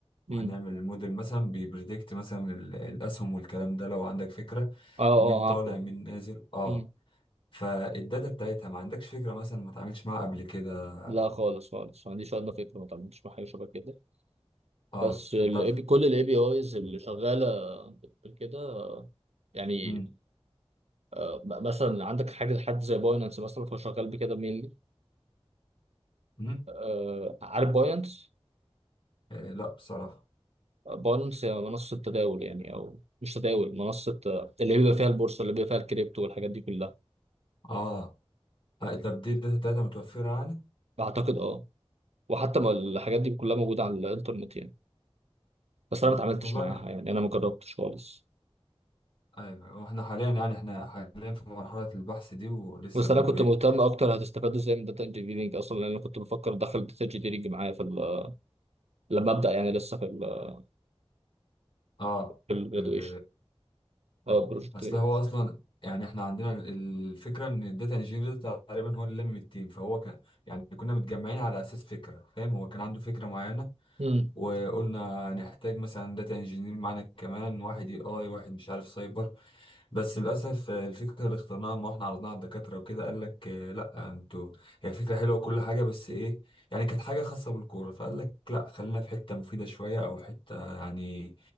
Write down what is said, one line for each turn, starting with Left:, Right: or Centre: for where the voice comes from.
Left: وهنعمل
Right: امم
Left: الموديل مثلا بيبريدكت مثلا ال- الاسهم والكلام ده لو عندك فكرة
Right: اه اه
Left: مين طالع
Right: عارفه
Left: مين نازل اه
Right: امم
Left: فالداتا بتاعتها ما عندكش فكرة مثلا ما تعملش معاها قبل كده
Right: لا خالص خالص ما عنديش ادنى فكره ما تعملتش مع حاجه شبه كده
Left: اه
Right: بس ال
Left: طب
Right: API كل الاي بي ايز اللي شغاله بكده يعني
Left: مم.
Right: آه، م- مثلا عندك حاجه حد زي باينانس مثلا هو شغال بكده مينلي
Left: مم.
Right: آه عارف باينانس
Left: آه لا بصراحة
Right: باينانس هي منصه تداول يعني او مش تداول منصه آه، اللي بيبقى فيها البورصه اللي بيبقى فيها الكريبتو والحاجات دي كلها
Left: اه آه، طب دي الداتا بتاعتها متوفرة يعني
Right: اعتقد اه وحتى ما الحاجات دي كلها موجوده على الانترنت يعني بس
Left: مم.
Right: انا ما اتعاملتش
Left: والله
Right: معاها
Left: انا
Right: يعني انا ما جربتش خالص
Left: ايوه واحنا حاليا يعني احنا حاليا في مرحلة البحث دي ولسه
Right: بس
Left: برضو
Right: انا كنت
Left: ايه
Right: مهتم اكتر هتستفادوا ازاي من داتا انجينيرنج اصلا لان انا كنت بفكر ادخل داتا انجينيرنج معايا في ال- لما ابدا يعني لسه في ال
Left: اه
Right: في الجرادويشن
Left: في ال...
Right: اه
Left: آه.
Right: بروجكت
Left: اصل
Right: جرادويشن
Left: هو اصلا يعني احنا عندنا ال- الفكرة ان الداتا انجينير تقريبا هو اللي لم التيم فهو كان يعني كنا متجمعين على اساس فكرة فاهم هو كان عنده فكرة معينة
Right: امم
Left: وقلنا هنحتاج مثلا داتا انجينير معانا كمان واحد اي اي واحد مش عارف سايبر بس للاسف آه، الفكره اللي اخترناها ما احنا عرضناها على الدكاتره وكده قال لك آه، لا انتوا هي فكره حلوه كل حاجه بس ايه يعني كانت حاجه خاصه بالكوره فقال لك لا خلينا في حته مفيده شويه او حته يعني